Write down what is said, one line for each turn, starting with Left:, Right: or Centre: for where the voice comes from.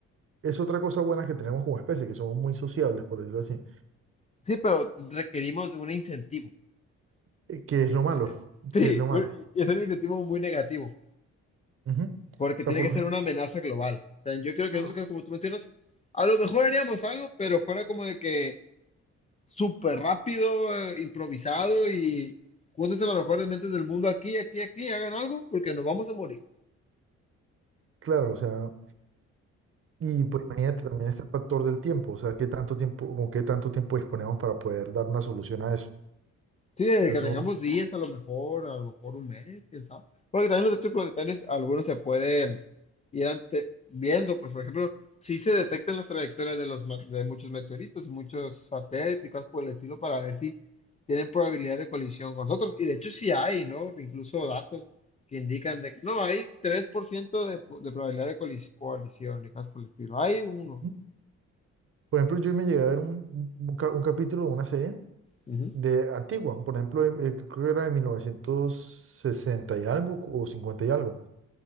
Right: es otra cosa buena que tenemos como especie, que somos muy sociables, por decirlo así,
Left: sí, pero requerimos de un incentivo.
Right: eh, que es lo malo,
Left: Eh, Sí,
Right: que es lo malo.
Left: bueno, y es un incentivo muy negativo,
Right: Ujú. O
Left: porque
Right: sea,
Left: tiene
Right: por
Left: que
Right: lo
Left: ser
Right: gen-
Left: una amenaza global. O sea, yo creo
Right: Claro.
Left: que en esos casos, como tú mencionas, a lo mejor haríamos algo, pero fuera como de que súper rápido, eh, improvisado y júntense las mejores mentes del mundo aquí, aquí, aquí, hagan algo, porque nos vamos a morir.
Right: Claro, o sea, y pues imagínate también este factor del tiempo, o sea, qué tanto tiempo, con qué tanto tiempo disponemos para poder dar una solución a eso.
Left: Sí, desde
Right: sea,
Left: que
Right: son-
Left: tengamos días, a lo mejor, a lo mejor un mes, quién sabe. Porque también los desechos planetarios, algunos se pueden ir ante- viendo, pues por ejemplo, si se detectan las trayectorias de los ma- de muchos meteoritos y muchos satélites y cosas por el estilo para ver si tienen probabilidad de colisión con nosotros. Y de hecho sí hay, ¿no? Incluso datos que indican de que no, hay 3% de, po- de probabilidad de colis- colisión y cosas por el estilo. Hay uno.
Right: ¿no? Por ejemplo, yo me llegué a ver un, un ca- un capítulo de una serie
Left: Ujú,
Right: de antigua, por ejemplo, eh, creo que era de mil novecientos sesenta y algo o 50 y algo.